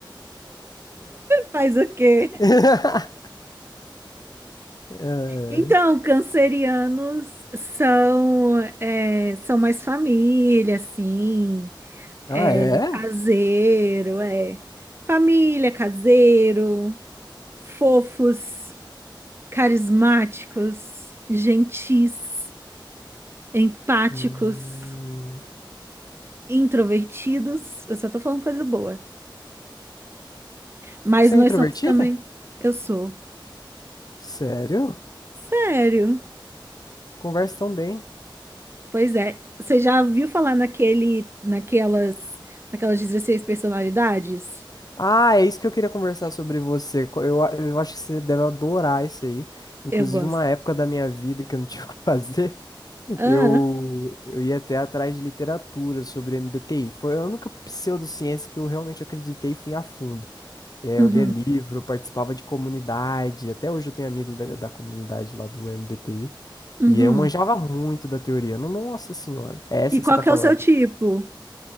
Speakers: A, on the right; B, on the left.
A: Faz o quê?
B: <laughs> É.
A: Então, cancerianos são, é, são mais família, assim, é,
B: Ah, é?
A: caseiro, é. Família, caseiro, fofos, carismáticos, gentis, empáticos,
B: Hum.
A: introvertidos. Eu só tô falando coisa boa. Mas
B: Você
A: nós
B: é introvertida?
A: somos também. Eu sou.
B: Sério?
A: Sério?
B: Conversa tão bem.
A: Pois é. Você já ouviu falar naquele, naquelas, naquelas 16 personalidades?
B: Ah, é isso que eu queria conversar sobre você. Co- Eu, a- eu acho que você deve adorar isso aí. Inclusive,
A: Eu gosto.
B: uma época da minha vida que eu não tinha <laughs> o que fazer,
A: Ah,
B: eu, eu ia até atrás de literatura sobre MBTI. Foi a única pseudociência que eu realmente acreditei e fui a fundo. É,
A: uhum,
B: eu lia livro, participava de comunidade, até hoje eu tenho amigos da, da comunidade lá do MBTI,
A: uhum.
B: e eu manjava muito da teoria. No- Nossa senhora, é essa
A: E qual
B: que você tá
A: que
B: falando.
A: é o seu tipo?